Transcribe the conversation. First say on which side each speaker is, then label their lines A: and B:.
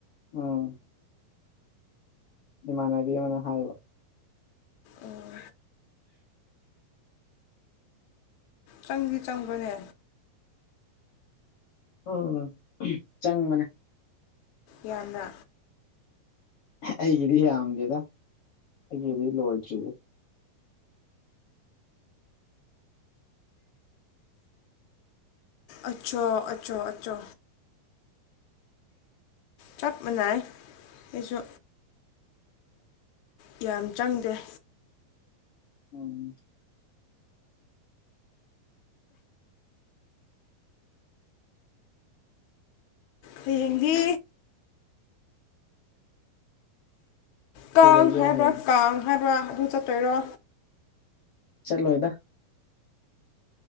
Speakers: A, on the left; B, on the left.
A: ꯑꯣ ꯃꯥꯟꯕꯤ ꯃꯅ ꯍꯥꯏꯕ
B: ꯑꯣ ꯆꯪꯗꯤ ꯆꯪꯕꯅꯦ
A: ꯑꯣ ꯆꯪꯕꯅꯦ
B: ꯌꯥꯝꯅ
A: ꯑꯩꯒꯤꯗꯤ ꯌꯥꯝꯗꯦꯗ ꯑꯩꯒꯤꯗꯤ ꯂꯣꯏꯗ꯭ꯔꯤꯗ
B: ꯑꯆꯥ ꯑꯆꯥ ꯑꯆꯥꯆꯥ ꯆꯞ ꯃꯥꯟꯅꯥꯏ ꯑꯩꯁꯨ ꯌꯥꯝ ꯆꯪꯗꯦ
A: ꯎꯝ
B: ꯍꯌꯦꯡꯗꯤ ꯀꯥꯡ
A: ꯀꯩ ꯂꯩꯒꯦ
B: ꯍꯥꯏꯕ꯭ꯔꯥ
A: ꯍꯌꯦꯡ
B: ꯀꯥꯡ ꯍꯥꯏꯕ꯭ꯔꯥ ꯑꯗꯨ ꯆꯠꯇꯣꯏꯔꯣ
A: ꯆꯠ ꯂꯣꯏꯗ